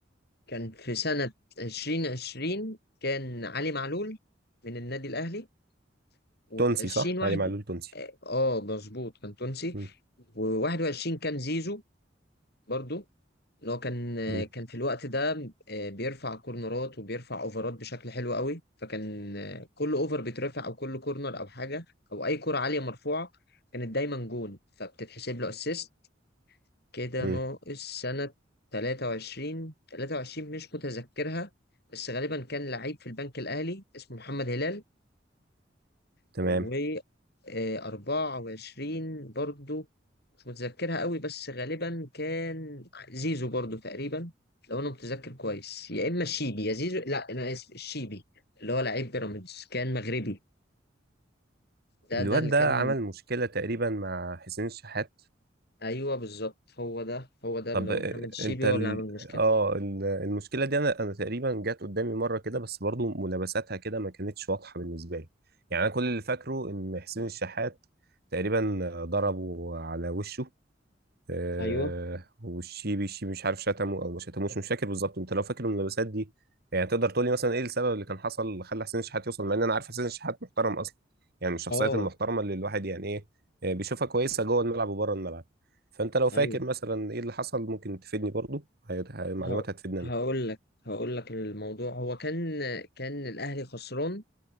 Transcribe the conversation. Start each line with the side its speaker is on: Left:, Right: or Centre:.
Left: كان في سنه 2020 كان علي معلول من النادي الاهلي وفي
Right: تونسي
Left: 2021
Right: صح علي معلول تونسي
Left: اه آه، مظبوط كان تونسي
Right: مم.
Left: و21 كان زيزو برضو ان هو كان
Right: مم.
Left: كان في الوقت ده آه، بيرفع كورنرات وبيرفع اوفرات بشكل حلو قوي فكان آه، كل اوفر بيترفع او كل كورنر او حاجه او اي كره عاليه مرفوعه كانت دايما جون فبتتحسب له اسيست كده
Right: مم.
Left: ناقص سنه 23 23 مش متذكرها بس غالبا كان لعيب في البنك الاهلي اسمه محمد هلال
Right: تمام
Left: و24 برضو مش متذكرها قوي بس غالبا كان زيزو برضو تقريبا لو انا متذكر كويس يا اما الشيبي يا زيزو لا انا اسف الشيبي اللي هو لعيب بيراميدز كان مغربي ده
Right: الواد
Left: ده اللي
Right: ده
Left: كان
Right: عمل مشكلة تقريبا مع حسين الشحات
Left: ايوه بالظبط هو ده هو ده
Right: طب
Left: اللي هو محمد الشيبي
Right: انت ال...
Left: هو اللي عامل المشكله
Right: اه ال- المشكله دي انا انا تقريبا جت قدامي مره كده بس برضو ملابساتها كده ما كانتش واضحه بالنسبه لي يعني انا كل اللي فاكره ان حسين الشحات تقريبا ضربه على وشه آه
Left: ايوه
Right: والشيبي الشيبي مش عارف شتمه او ما شتموش مش فاكر بالظبط انت لو فاكر الملابسات دي يعني تقدر تقول لي مثلا ايه السبب اللي كان حصل اللي خلى حسين الشحات يوصل مع ان انا عارف حسين الشحات محترم اصلا يعني من الشخصيات
Left: اه
Right: المحترمه اللي الواحد يعني ايه آه، بيشوفها كويسه جوه الملعب وبره الملعب فانت لو فاكر
Left: ايوه
Right: مثلا ايه اللي حصل ممكن تفيدني برضو هي- هي- معلومات
Left: ه-
Right: هتفيدني
Left: هقول
Right: انا
Left: لك هقول لك الموضوع هو كان كان الاهلي خسران